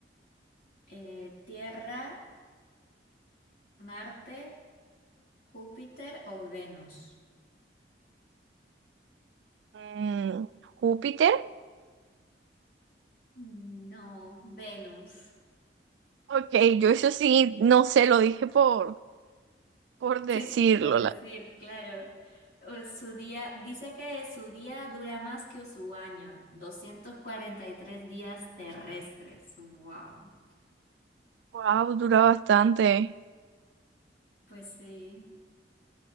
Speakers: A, on the left; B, on the right.
A: Eh, ¿Tierra, Marte, Júpiter o Venus?
B: Mm, ¿Júpiter?
A: No, Venus.
B: Ok, yo eso sí, no sé, lo dije por, por decirlo.
A: Sí, sí, por decir,
B: La...
A: claro. O Su día, dice que su día dura más que su año, 243 días terrestres. Wow.
B: Wow, dura bastante,
A: Pues sí,